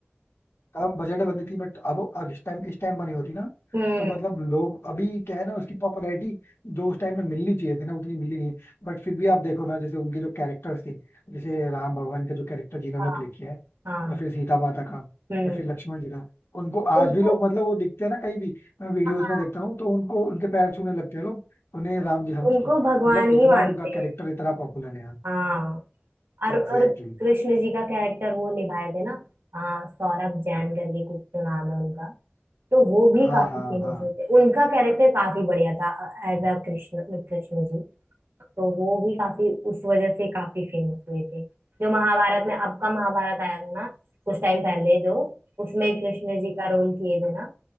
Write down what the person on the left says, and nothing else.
कम बजट में बनी थी बट अब अब इस टाइम इस टाइम बनी होती ना
तो मतलब लोग अभी क्या है ना उसकी पॉपुलैरिटी जो उस टाइम में मिलनी चाहिए थी ना उतनी मिली नहीं बट फिर भी आप देखो ना जैसे उनके जो कैरेक्टर्स थे जैसे राम भगवान का जो कैरेक्टर जिन्होंने
प्ले किया है
या फिर सीता माता का
या फिर लक्ष्मण जी का उनको आज
भी लोग मतलब वो दिखते हैं ना कहीं भी मैं वीडियोस
में देखता हूँ तो उनको उनके पैर छूने लगते हैं लोग उन्हें राम जी समझ
के
मतलब इतना
उनका
कैरेक्टर इतना पॉपुलर है यार
Exactly
exactly.
हाँ
हाँ
हाँ